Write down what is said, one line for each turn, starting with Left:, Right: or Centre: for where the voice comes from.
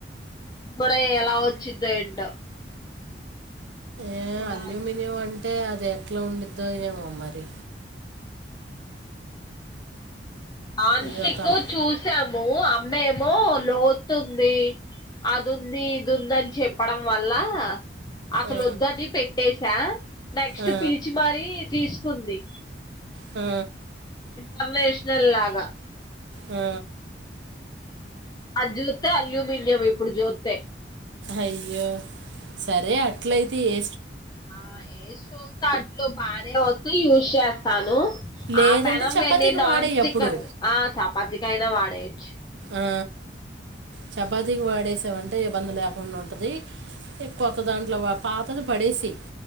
Left: ఇప్పుడే ఎలా వచ్చిందో ఏంటో
Right: ఏ
Left: చూడాలి
Right: అల్యూమినియం అంటే అది ఎట్లా ఉండిద్దో ఏమో మరి
Left: నాన్స్టిక్
Right: ఇదో తల
Left: చూసాము అమ్మేమో లోతుంది. అదుంది ఇదుందని చెప్పడం వల్ల అసలు
Right: ఆ,
Left: వద్దని పెట్టేసా నెక్స్ట్
Right: ఆ,
Left: పిలిచి మరి తీసు కుంది
Right: ఆ
Left: సర్వేషనల్లాగా
Right: ఆ
Left: ఆ జూత్తే అల్యూమనియయం ఇప్పుడు జుత్తే
Right: అయ్యో సరే అట్లయితే ఏ
Left: ఆ ఏ చూస్తా అట్లు బానే ఉందో యూస్ చేస్తాను.
Right: లేదంటే
Left: ఆ పెనం
Right: చపాతీకి
Left: వెడిని నాన్
Right: వాడే
Left: స్టిక్కర్
Right: అప్పుడు
Left: ఆ చపాతి కైనా అయినా వాడేయచ్చు.
Right: ఆ చపాతికి వాడేసావం టే ఇబ్బంది లేకుండా ఉంటది కొత్త దాంట్లో పాతది పడేసి